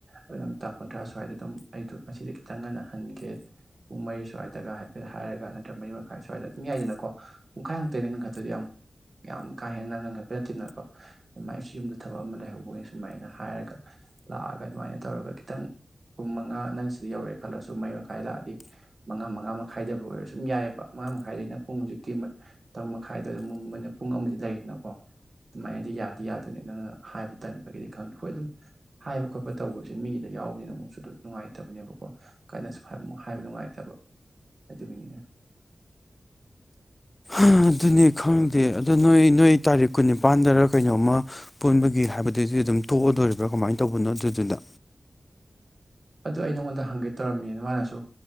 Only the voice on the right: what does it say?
ꯑꯗꯨ ꯅꯪ ꯇꯥꯡ ꯀꯨꯟꯊ꯭ꯔꯥ ꯁ꯭ꯋꯥꯏꯗ ꯑꯗꯨꯝ ꯑꯩꯗꯣ ꯉꯁꯤꯗꯤ ꯈꯤꯇꯪ ꯉꯟꯅ ꯍꯟꯒꯦ ꯄꯨꯡ ꯃꯔꯤ ꯁ꯭ꯋꯥꯏꯗꯒ ꯍꯥꯏꯐꯦꯠ ꯍꯥꯏꯔꯒ ꯅꯠꯇ꯭ꯔꯒ ꯃꯔꯤ ꯃꯈꯥꯏ ꯁ꯭ꯋꯥꯏꯗ ꯑꯗꯨꯝ ꯌꯥꯏꯗꯅꯀꯣ ꯄꯨꯡꯈꯥꯏꯃꯨꯛꯇꯗ ꯉꯟꯈꯠꯇꯗꯤ ꯌꯥꯝ ꯀꯥ ꯍꯦꯟꯅ ꯉꯟꯈꯠꯄ ꯅꯠꯇꯦꯅꯀꯣ ꯑꯗꯨꯃꯥꯏꯅꯁꯨ ꯌꯨꯝꯗ ꯊꯕꯛ ꯑꯃ ꯂꯩꯍꯧꯕꯒꯤ ꯁꯨꯃꯥꯏꯅ ꯍꯥꯏꯔꯒ ꯂꯥꯛꯑꯒ ꯑꯗꯨꯃꯥꯏꯅ ꯇꯧꯔꯒ ꯈꯤꯇꯪ ꯄꯨꯡ ꯃꯉꯥ ꯅꯪꯁꯤꯗ ꯌꯧꯔꯛꯑꯦ ꯈꯜꯂꯁꯨ ꯃꯔꯤ ꯃꯈꯥꯏ ꯂꯥꯛꯑꯗꯤ ꯃꯉꯥ ꯃꯉꯥ ꯃꯈꯥꯏꯗꯕꯨ ꯑꯣꯏꯔꯁꯨ ꯁꯨꯝ ꯌꯥꯏꯑꯕ ꯃꯉꯥ ꯃꯈꯥꯏꯗꯩꯅ ꯄꯨꯡ ꯍꯧꯖꯤꯛꯀꯤ ꯃꯠ ꯇꯔꯨꯛ ꯃꯈꯥꯏꯗ ꯃꯨꯕꯩꯅ ꯄꯨꯡ ꯑꯃꯗꯤ ꯂꯩꯗꯅꯀꯣ ꯑꯗꯨꯃꯥꯏꯅꯗꯤ ꯌꯥꯗꯤ ꯌꯥꯗꯣꯏꯅꯤ ꯑꯗꯨꯅ ꯍꯥꯏꯕ ꯇꯟꯕꯒꯤꯗꯤ ꯈꯪꯗꯦ ꯍꯣꯏ ꯑꯗꯨꯝ ꯍꯥꯏꯕ ꯈꯣꯠꯄ ꯇꯧꯕꯁꯦ ꯃꯤꯗ ꯌꯥꯎꯕꯅꯤꯅ ꯑꯃꯨꯛꯁꯨ ꯑꯗꯨꯝ ꯅꯨꯡꯉꯥꯏꯇꯕꯅꯦꯕꯀꯣ ꯀꯟꯅꯁꯨ ꯍꯥꯏꯕ ꯍꯥꯏꯕ ꯅꯨꯡꯉꯥꯏꯇꯕ ꯑꯗꯨꯒꯤꯅꯤꯅꯦ
ꯑꯗꯨ ꯑꯩ ꯅꯉꯣꯟꯗ ꯍꯪꯒꯦ ꯇꯧꯔꯝꯃꯤꯅ ꯃꯥꯅꯁꯨ